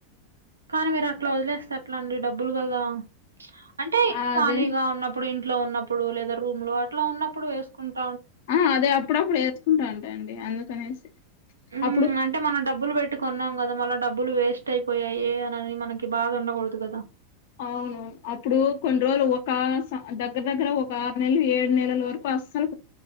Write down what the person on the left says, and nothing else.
అదే
ఆ అదే అప్పుడప్పుడు వేసుకుంటా ఉంటా అండి అందుకనేసి
అప్పుడు
అవును అప్పుడు కొన్ని రోజులు ఒక దగ్గర దగ్గర ఒక ఆరు నెలలు ఏడు నెలల వరకు వస్ అసలు